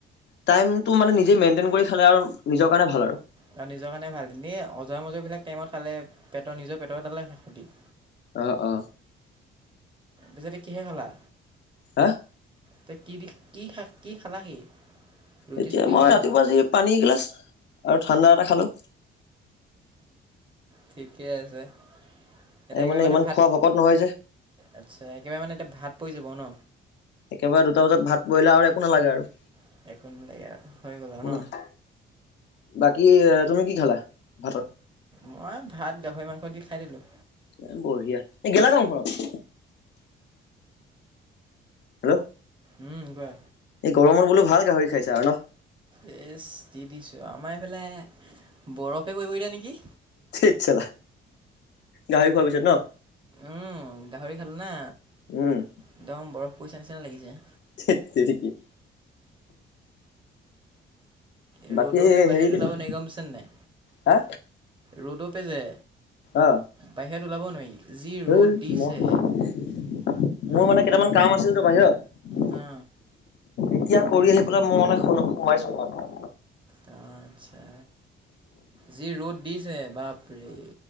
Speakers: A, on the left; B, on the right.
A: টাইমটো মানে নিজেই মেইনটেইন কৰি খালে আৰু নিজৰ কাৰণে ভাল আৰু।
B: আৰু নিজৰ কাৰণে ভাল এনেই অজৰা মজা বিলাক টাইমত খালে পেটৰ নিজৰ পেটৰ। <unintelligible>
A: অ, অ।
B: পিছত কিহেৰে খালা।
A: হা।
B: তে কি দি কি খা কি খালাহি? ৰুটি
A: এতিয়া
B: চুটি
A: মই
B: কি
A: ৰাতিপুৱা
B: খালা
A: যি পানী এগিলাচ আৰু ঠাণ্ডা এটা খালোঁ।
B: ঠিকে আছে। এতিয়া
A: এই
B: একেবাৰে মানে
A: ইমান
B: ভাত
A: খোৱা ভকত নহয় যে
B: আচ্ছা একেবাৰে মানে এতিয়া ভাত পৰি যাব ন?
A: একেবাৰে দুটা বজাত ভাত পৰিলে আৰু একো নালাগে আৰু।
B: <unintelligible> হৈ গ'লা
A: একো
B: ন!
A: নালাগে বাকী তুমি কি খালা ভাতত?
B: মই ভাত দহৈ মাংস দি খাই দিলোঁ।
A: এ বঢ়িয়া, এই গেলা গৰম ঘৰত। হেল্ল'।
B: উম, কোৱা।
A: এই গৰমত বোলো ভাল গাহৰি খাইছা আৰু ন!
B: এ দি দিছোঁ আমাৰ এইফালে বৰফে পৰিব এতিয়া নেকি?
A: ঠেইত চালা, গাহৰি খোৱাৰ পিছত ন?
B: উম, গাহৰি খালোঁ না?
A: উম,
B: একদম বৰফ পৰিছে নিচিনা লাগিছে।
A: ধেত তেৰেকি।
B: ৰ'দতে
A: বাকী
B: বাহিৰত
A: হেৰি কেইটা
B: ওলাব নে গম পইছা নাই?
A: হা
B: ৰ'দ তে যে
A: অ
B: বাহিৰত ওলাব নোৱাৰি। যি
A: হেই
B: ৰ'দ দিছে।
A: মই মোৰ মানে কেইটামান কাম আছিল তো বাহিৰত।
B: হা।
A: এতিয়া কৰি আহি পেলাই মোৰ মানে সোমাইছো মানে।
B: আচ্ছা, যি ৰ'দ দিছে বাপৰে।